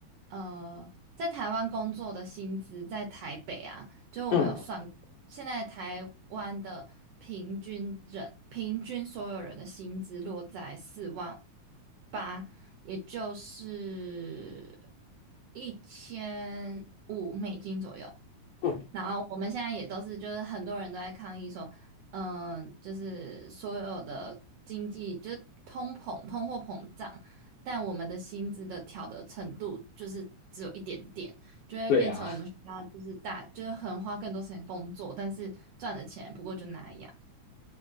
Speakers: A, on the right; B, on the left.
A: 呃，在台湾工作的薪资在台北啊，就我们有算过，
B: 嗯
A: 现在台湾的平均人平均所有人的薪资落在四万八，也就是一千五美金左右。
B: 嗯，
A: 然后我们现在也都是，就是很多人都在抗议说，嗯、就是所有的经济就是通膨、通货膨胀，但我们的薪资的调的程度就是只有一点点，就会变成我们需要就是大就是很花更多时间工作，
B: 对啊
A: 但是赚的钱不过就那样，